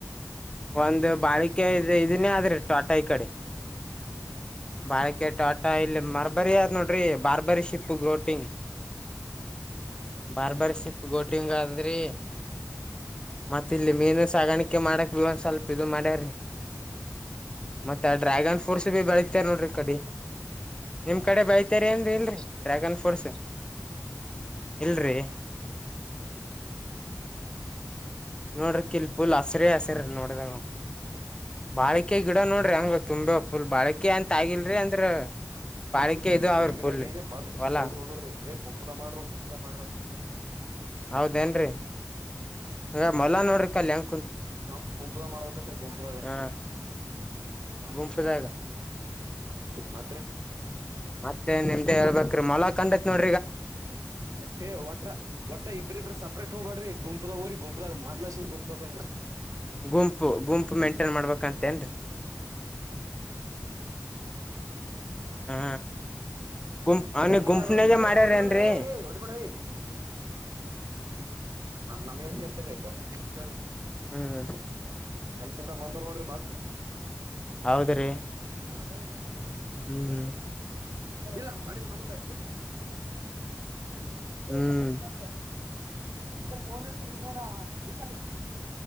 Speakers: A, on the left; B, on the right.
A: ಒಂದು ಬಾಳಿಕೆ ಇ ಇದನೇ ಆದ್ರಿ ತೋಟ ಈ ಕಡೆ ಬಾಳಿಕೆ ತೋಟ ಇಲ್ಲಿ ಮರಬ ನಾವ್ ನೋಡ್ರಿ ಬಾರ್ಬರಿ ಶಿಪ್ ಬೋಟಿಂಗ್ ಬಾರ್ಬಾರಿ ಶಪ್ ಬೋಟಿಂಗ್ ಆದ್ರಿ ಮತ್ತ ಇಲ್ಲಿ ಮೀನು ಸಾಗಾಣಿಕೆ ಮಾಡ ಒಂದ್ ಸ್ವಲ್ಪ ಇ ಮಾಡ್ಯಾರಿ ಮತ್ತ ಡ್ರ್ಯಾಗನ್ ಫ್ರೂಟ್ಸ್ ಬಿ ಬೆಳತಾರ ನೋಡ್ರಿ ಕಡೆ ನಿಮ್ ಕಡೆ ಬೆಳತೇರಿ ಏನ್ರಿ ಇಲ್ರರಿ ಡ್ರ್ಯಾಗನ್ ಫ್ರೂಟ್ಸ್ ಇಲ್ರಿ ನೋಡ್ರಿ ಕಿಲ್ ಪುಲ್ ಹಸರಿ ಹಸರಿ ನೋಡ್ರ ಬಾಳಿಕೆ ಗಿಡ ನೋಡ್ರಿ ಹಂಗ ತುಂಬ ಪುಲ್ ಬಾಳಿಕೆ ಅಂತ ಆಗಿಲ್ರಿ ಅಂದ್ರ ಬಾಳಿಕೆ
B: ಈಗ ಕಂಡಪಟ್ಟಿ
A: ಇದು ಅವ್ರ
B: ಗಿಡಾರಿಏ
A: ಪುಲ್
B: ಬಾ್ಕೃಷ್ಣ
A: ಹೊಲಾ
B: ಬೈದ ಹದ್ರ ಏ ಗುಂಪದ ಮಾಡ್ರರು ಗುಂಪು ಮಾಡ್ರ
A: ಹೌದೇನ್ರರಿ ಈಗ ಮೊಲ್ಲ ನೋಡ್ರಿ ಕಲ್ ಅಂ
B: ನಂಪ ಗುಂಪದ ಮಾಡ್ಬೇಕತ್ರಿ ಗುಂಪುದ
A: ಹ
B: ಹ್ಮ್
A: ಗುಂಪದಾಗ
B: ಮಾತ್ರೆ
A: ಮತ್ತೆ ನಿಮ್ದೆ ಹೇಳ್ಬೇಕ್ರೀ ಮೊಲಕ್ ಕಂಡಕ್ನಡಿ
B: ಹೇ ಒಟ್ಟ ಒಟ್ಟ ಇಬ್ರ ಇಬ್ರ ಸಪ್ರೇಟ್ ಹೋಗ್ಬೇಡ್ರಿ ಗುಪದ ಹೋರಿ ಗುಂಪು ಮದ್ಲಸ ಗುಂತ ಬರ್ರಿ
A: ಗುಂಪು ಗುಂಪು ಮೇಂಟೇನ್ ಮಾಡ್ಬೇಕಂತೇನ್ರರಿ
B: ಯಾ
A: ಹಾ ಗುಂಪ್ ಅವ್ನಿಗ್ ಗುಂಪನಾಗ
B: ಅದು ಹೋಗಿ
A: ಮಾಡ್ಯಾರೇನ್ರಿ
B: ಹೊಡಿಬಡ್ರಿ ಹೊಡಿಬಡ ನಮಿಯ ಹಪ್ಪ ಕ
A: ಹ್ಮ್
B: ಕೆಲ್ಸ್ದ ಬಂದವ ನೋಡ್ರಿ ಮತ್ <inaudible>
A: ಹೌದ್ರಿ
B: ಬ ಹ
A: ಹ್ಮ್
B: ಇಲ್ಲ ಮಾಡ ಮಾಡಿಲ್ಲ
A: ಹ್ಮ್
B: ಪದ್ಧ ಸಾಕು ಫೋನ್ನಾ ಇಲ್ಲ